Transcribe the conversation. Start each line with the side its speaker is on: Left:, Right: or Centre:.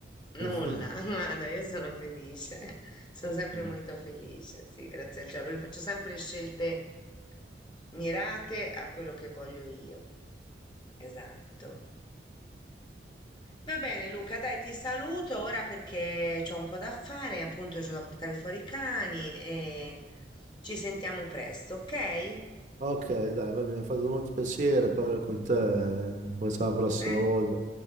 Left: Nulla,
Right: <laughs>
Left: <laughs> guarda, io sono felice, <laughs> sono sempre
Right: Eh.
Left: molto felice, sì, grazie al cielo, perché faccio sempre scelte mirate a quello che voglio io. Esatto. Va bene, Luca, dai, ti saluto ora perché ho un po' da fare, appunto, c'ho da portare fuori i cani e ci sentiamo presto, ok?
Right: Ok, dai, va bene, mi ha fatto molto piacere parlare con te, eh, poi sarà la prossima
Left: Eh,
Right: volta,